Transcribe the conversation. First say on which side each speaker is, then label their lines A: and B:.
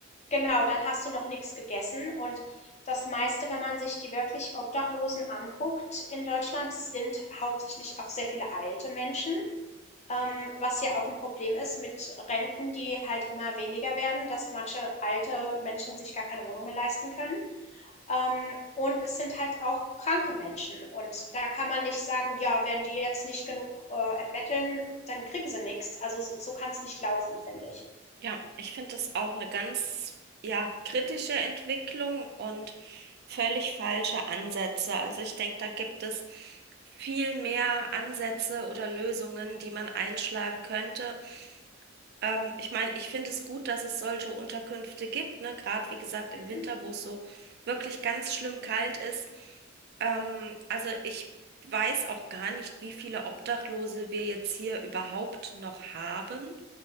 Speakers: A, on the left; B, on the right.
A: genau, dann hast du noch nichts gegessen und das meiste, wenn man sich die wirklich Obdachlosen anguckt in Deutschland, sind hauptsächlich auch sehr viele alte Menschen Ähm, was ja auch ein Problem ist mit Renten, die halt immer weniger werden, dass manche alte Menschen sich gar keine Wohnung mehr leisten können. Ähm, und es sind halt auch kranke Menschen. Und da kann man nicht sagen: „Ja, wenn die jetzt nicht genug, äh, erbetteln, dann kriegen sie nichts. Also, so so kann es nicht laufen, finde ich.
B: Ja, ich finde das auch eine ganz, ja, kritische Entwicklung und völlig falsche Ansätze. Also ich denke, da gibt es viel mehr Ansätze oder Lösungen, die man einschlagen könnte, Ähm, ich meine, ich finde es gut, dass es solche Unterkünfte gibt, ne? Gerade wie gesagt
A: Mhm,
B: im Winter, wo es so wirklich ganz schlimm kalt ist. Ähm, also ich weiß auch gar nicht, wie viele Obdachlose wir jetzt hier überhaupt noch haben.